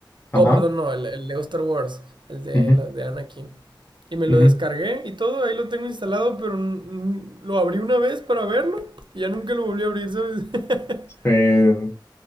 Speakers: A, on the left; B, on the right.
A: Ajá.
B: Oh, perdón, no, el, el Lego Star Wars, el de,
A: ujú,
B: la- de Anakin. Y me
A: ujú.
B: lo descargué y todo, ahí lo tengo instalado, pero mm, lo abrí una vez para verlo y ya nunca lo volví a abrir, ¿sabes? <laughs>
A: Sí,